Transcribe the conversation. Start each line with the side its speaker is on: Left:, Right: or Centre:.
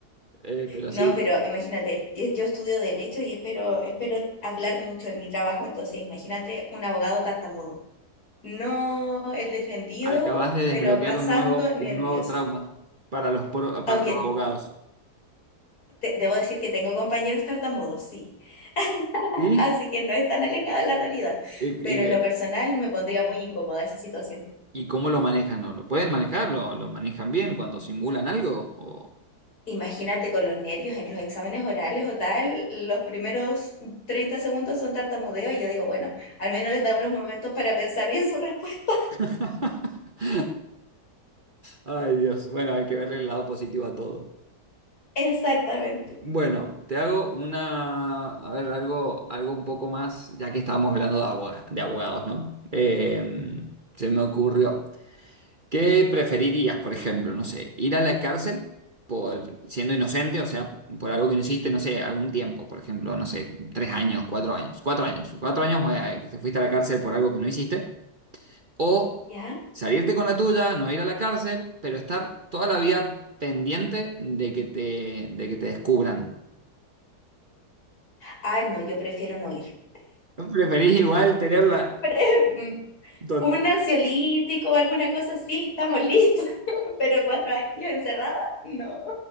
Right: Eh, pero
Left: No,
Right: sí,
Left: pero imagínate, yo yo estudio derecho y espero, espero hablar mucho en mi trabajo, entonces imagínate un abogado tartamudo. No el defendido,
Right: acabas de
Left: pero
Right: desbloquear
Left: pasando
Right: un nuevo,
Left: nervios.
Right: un nuevo trauma para los, pro- para
Left: Aunque
Right: los abogados.
Left: te- debo decir que tengo compañeros tartamudos, sí, <laughs>
Right: ¿Y?
Left: así que no es tan alejada la realidad,
Right: Y,
Left: pero
Right: y le-
Left: en lo personal me pondría muy incómoda esa situación.
Right: ¿y cómo lo manejan? ¿No? ¿Lo pueden manejar? ¿Lo, lo manejan bien cuando simulan algo? ¿O-
Left: Imagínate con los nervios en los exámenes orales o tal, los primeros 30 segundos son tartamudeo y yo digo, bueno, al menos les da unos momentos para pensar bien su respuesta.
Right: <laughs> Ay, Dios. Bueno, hay que ver el lado positivo a todo.
Left: <laughs> Exactamente.
Right: Bueno, te hago una, a ver, algo, algo un poco más, ya que estábamos hablando de aboga- de abogados, ¿no? Eh, se me ocurrió. ¿Qué preferirías, por ejemplo? No sé, ir a la cárcel por siendo inocente, o sea, por algo que no hiciste, no sé, algún tiempo, por ejemplo, no sé, tres años, cuatro años, cuatro años, cuatro años eh, que te fuiste a la cárcel por algo que no hiciste, o
Left: ¿Ya?
Right: salirte con la tuya, no ir a la cárcel, pero estar toda la vida pendiente de que te, de que te descubran.
Left: Ah, no, yo prefiero no ir.
Right: ¿No ¿Preferís igual tenerla
Left: <laughs> Mm,
Right: to-
Left: Un ansiolítico o alguna cosa así, estamos listos, <laughs> pero cuatro años encerrada, no.